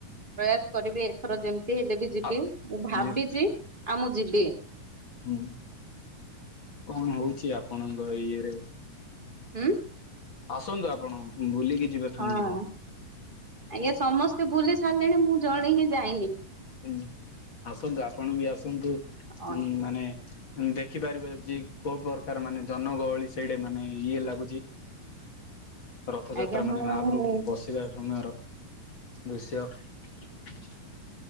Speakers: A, on the right; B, on the left.
A: ପ୍ରୟାସ କରିବି ଏଥର ଯେମିତି ହେଲେ ବି ଯିବି
B: ଆ
A: ମୁଁ ଭାବିଚି
B: ଇଏ
A: ଆଉ ମୁଁ ଯିବି।
B: ହୁଁ କଣ ହଉଚି ଆପଣଙ୍କ ଇଏରେ?
A: ହୁଁ।
B: ଆସନ୍ତୁ ଆପଣ ବୁଲିକି ଯିବେ ଫ୍ୟାମିଲି
A: ହଁ ଆଜ୍ଞା ସମସ୍ତେ ବୁଲି ସାରିଲେଣି ମୁଁ ଜଣେ ହିଁ ଯାଇନି।
B: ହୁଁ ଆସନ୍ତୁ ଆପଣ ବି ଆସନ୍ତୁ
A: ଆଜ୍ଞା।
B: ହୁଁ ମାନେ ଦେଖିପାରିବେ ଯେ କୋଉ ପ୍ରକାର ମାନେ ଜନଗହଳି ସେଇଟା ମାନେ ଇଏ ଲାଗୁଚି। ରଥଯାତ୍ରା
A: ଆଜ୍ଞା
B: ମାନେ
A: ମୁଁ
B: ମହାପ୍ରଭୁ ବସ୍- ଥିବା ସମୟର ଦୃଶ୍ୟ-